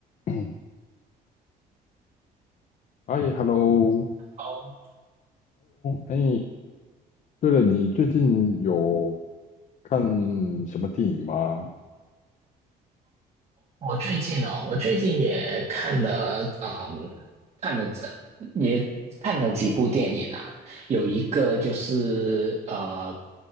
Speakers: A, on the left; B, on the right.
A: 嗯哎，hello，hello，
B: 哦，
A: 哎，对了，你最近有看什么电影吗？
B: 我最近哦，我最近也看了，嗯，看了这也看了几部电影啊，有一个就是呃，